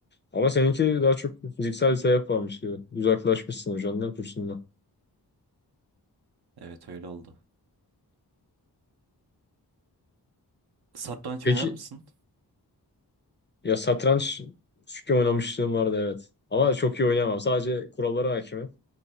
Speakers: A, on the left; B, on the right.
A: Ama seninki daha çok fiziksel bir sebep varmış gibi. Uzaklaşmışsın hocandan, kursundan.
B: Evet öyle oldu. Satranç
A: Peki
B: oynar mısın?
A: ya satranç küçükken oynamışlığım vardı evet. Ama çok iyi oynayamam. Sadece kurallara hakimim.